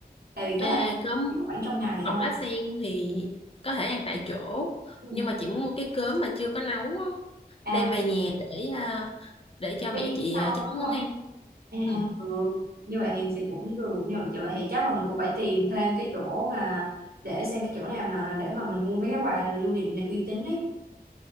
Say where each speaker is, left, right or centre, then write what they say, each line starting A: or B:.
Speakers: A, on the right; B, on the left.
A: tại vì
B: À,
A: có thể
B: cơm
A: chỉ khoảng trong ngày
B: bọc
A: thôi
B: lá sen thì có thể ăn tại chỗ
A: ừ.
B: nhưng mà chị muốn mua cái cơm mà chưa có nấu á,
A: à
B: đem về nhà để à, để cho
A: cái
B: mẹ
A: miếng
B: chị
A: sau
B: à, chế
A: á đúng
B: biến
A: không
B: món ăn
A: à,
B: ừ,
A: à, ừ. như vậy thì, thì cũng được nhưng mà như vậy thì chắc là mình cũng phải tìm thêm cái chỗ mà để xem cái chỗ nào mà để mà mình mua mấy cái quà lưu niệm này uy tín ấy